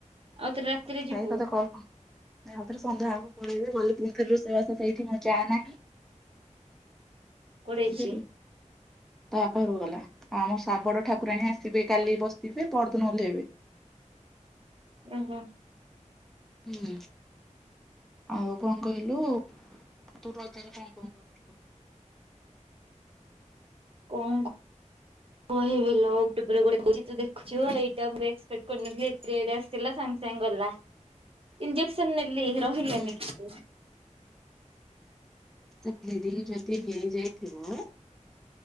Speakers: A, on the right (about 45°); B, in the centre.
A: ଆଉ ତୋର ରାତିରେ
B: ସେଇ
A: ଯିବୁ
B: ତତେ କଣ କ ଆଉଥରେ ସନ୍ଧ୍ୟାବେଳ କୁ ପଳେଇବି ଗଲେ ପୁଣିଥରେ ରୋଷେଇବାସ ସେଇଠି ମୁଁ ଯା ନାହିଁ।
A: କୁଆଡେ
B: ବୁଝିଲୁ
A: ଯାଇଛି?
B: ତା ବାପ ଘରୁକୁ ଗଲା। ଆଉ ଆମ ଶାବଡ଼ ଠାକୁରାଣୀ ଆସିବେ କାଲି ବସିବେ ପରଦିନ ଓହ୍ଲେଇବେ।
A: ଓ ହୋ।
B: ହୁଁ। ଆଉ କଣ କହିଲୁ ତୁ ରଜରେ କଣ କଣ କରୁଛୁ କହ?
A: କଣ ମୁଁ ହିଁ ଏବେ <unintelligible> ତୁ ଦେଖୁଛୁ ଏଇଟା ମୁ ଏସପେକ୍ଟ କରିନଥିଲି ଏତେ ଏଟା ଥିଲା ସାଙ୍ଗ ସାଙ୍ଗେ ଗଲା ଞଜେକ୍ସନ୍ ନେଲି ରହିଲାନି
B: ହୁଁ।
A: କିଛି।
B: ତ ବ୍ଳିଇଡିଂ ଯଦି ହେଇଯାଇଥିବ